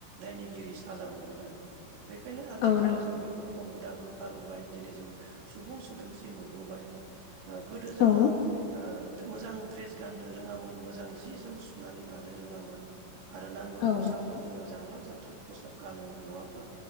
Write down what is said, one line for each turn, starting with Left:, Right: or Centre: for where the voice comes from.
Right: दायनिगिरि साजा मोनगोन आरो। बेखायनो आथिखालाव
Left: औ नंगौ
Right: जों बेफोर हुदाखो गारबोबाय दिनै जों सुबुं सोदोमस्रि मोनबोबाय। ओ गोदो जोङो
Left: औ
Right: ओ मोजां द्रेस गाननो रोङामोन मोजां जि जोम सुनानै लानो रोङामोन। आरो नांगौ
Left: औ
Right: खसाबखौ
Left: नंगौ
Right: जोङो जांलाब जांथाब खसाब गानोमोन नङा होमब्ला?